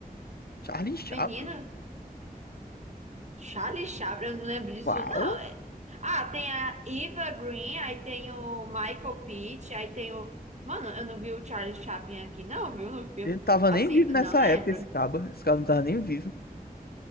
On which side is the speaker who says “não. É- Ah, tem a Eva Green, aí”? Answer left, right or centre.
Right